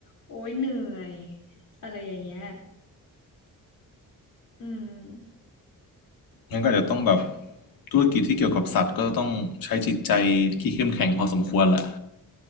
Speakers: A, on the left; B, on the left.
A: โอ๊ยเหนื่อยอะไรอย่างเงี้ยอืม
B: งั้นก็อาจจะต้องแบบธุรกิจที่เกี่ยวกับสัตว์ก็ต้องใช้จิตใจที่เข้มแข็งพอสมควรแหละ